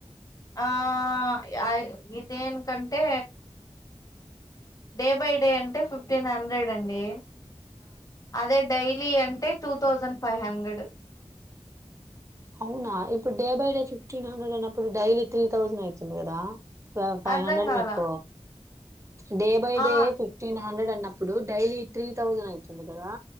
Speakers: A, on the left (about 30°); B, on the right (about 25°).
A: ఆ ఇదేనికంటే డే బై డే అంటే ఫిఫ్టీన్ హండ్రెడ్ అండి అదే డైలీ అంటే టూ థౌజండ్ ఫైవ్ హండ్రెడ్
B: అవునా ఇప్పుడు day by day fifteen hundred అన్నప్పుడు డైలీ త్రీ థౌజండ్ అవుతుంది కదా ఫైవ్
A: అర్ధం
B: హండ్రెడ్
A: కాల
B: మీకు డే బై డే
A: ఆ
B: ఫిఫ్టీన్ హండ్రెడ్ అన్నప్పుడు డైలీ త్రీ తౌసండ్ అయితుంది కదా